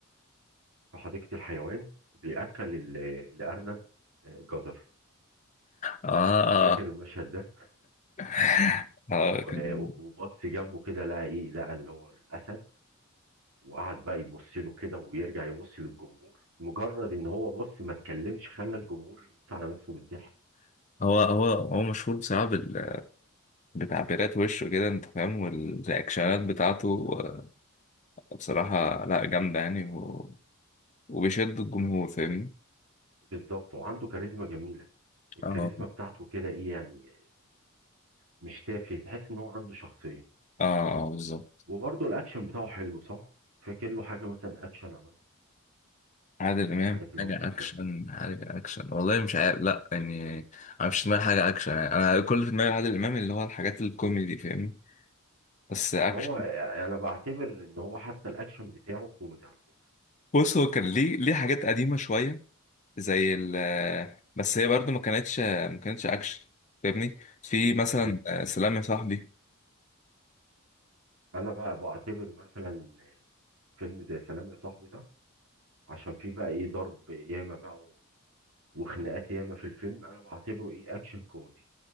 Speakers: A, on the right; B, on the left.
A: في حديقه الحيوان بياكل ال- الارنب آه، جزر
B: اه اه
A: فاكر المشهد ده
B: <laughs> اه
A: و-
B: كان
A: و- وبطس جنبه كده لقى ايه لقى اللي هو الاسد وقعد بقى يبص له كده ويرجع يبص للجمهور مجرد ان هو بص ما اتكلمش خلى الجمهور يموت على نفسه من الضحك
B: هو هو هو مشهور بصراحة بال... بتعبيرات وشه كده انت فاهم والرياكشنات بتاعته آه، بصراحة لا جامدة يعني و... وبيشد الجمهور فاهمني
A: بالظبط وعنده كاريزما جميله الكاريزما
B: اه
A: بتاعته كده ايه يعني مش تافه تحس ان هو عنده شخصيه
B: اه اه بالظبط
A: وبرضه الاكشن بتاعه حلو صح فاكر له حاجه مثلا اكشن عملها
B: عادل امام
A: من الحاجات اللي
B: حاجه
A: هو كان بيعملها
B: اكشن حاجه اكشن والله مش عارف لا يعني انا مش في دماغي حاجه اكشن يعني انا كل اللي في دماغي عادل امام اللي هو الحاجات الكوميدي فاهمني بس اكشن
A: ما هو انا بعتبر ان هو حتى الاكشن بتاعه كوميدي على فكره
B: بص هو كان ليه ليه حاجات قديمه شويه زي ال بس هي برضو ما كانتش ما كانتش اكشن فاهمني في مثلا
A: مم.
B: آه، سلام يا صاحبي
A: انا بقى بعتبر مثلا فيلم زي سلام يا صاحبي ده عشان فيه بقى ايه ضرب ياما بقى و- وخناقات ياما في الفيلم انا بعتبره ايه اكشن كوميدي